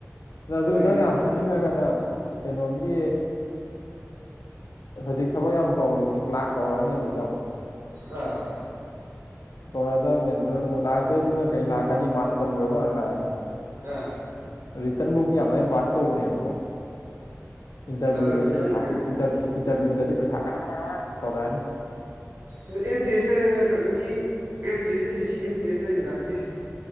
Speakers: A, on the left; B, on the right.
A: ꯑꯗꯨ
B: ꯑꯗꯨꯒꯤꯅꯤꯗ
A: ꯅꯪ ꯌꯥꯝ ꯈꯟꯅꯤꯡꯉꯒꯅꯦ ꯀꯩꯅꯣꯒꯤ ꯍꯧꯖꯤꯛ ꯊꯕꯛ ꯀꯃꯨꯛ ꯀꯧꯔꯤꯕꯅꯤ ꯀ꯭ꯂꯥꯁ ꯀꯧꯔꯛꯑꯅꯤ ꯑꯗꯨ ꯆꯪꯉꯨ
B: ꯑꯥ
A: ꯀꯧꯔꯗꯕꯅꯦ ꯑꯗꯨꯅ ꯑꯃꯨꯛ ꯂꯥꯛꯇꯣꯏꯗꯨꯅ ꯀꯩ ꯂꯥꯛꯀꯅꯤ ꯃꯥꯁꯇꯔ ꯂꯣꯏꯕ ꯉꯥꯛ ꯂꯥꯛꯑꯅꯤ
B: ꯎꯝ
A: ꯔꯤꯇꯔꯟꯕꯨꯛꯇꯤ ꯌꯥꯝ ꯂꯥꯏꯅ ꯄꯥꯁ ꯇꯧꯕꯅꯦꯕꯀꯣ ꯏꯟꯇꯔꯚꯤꯌꯨꯗꯗꯤ
B: ꯑꯥ ꯈꯪꯗ꯭ꯔꯦ
A: ꯄꯩꯁꯥ ꯄꯤ ꯏꯟꯇꯔꯚꯤꯌꯗꯗꯤ ꯄꯩꯁꯥ ꯇꯧꯔꯛꯑꯅꯤ
B: ꯑ ꯑꯦꯝ ꯇꯤ ꯑꯦꯁ ꯍꯥꯏꯅ ꯀꯩꯅꯣꯒꯤ ꯑꯦꯝ ꯇꯤ ꯑꯦꯁ ꯑꯦ ꯁꯤ ꯑꯦꯝ ꯇꯤ ꯑꯦꯁ ꯂꯩꯗꯅ ꯍꯥꯏ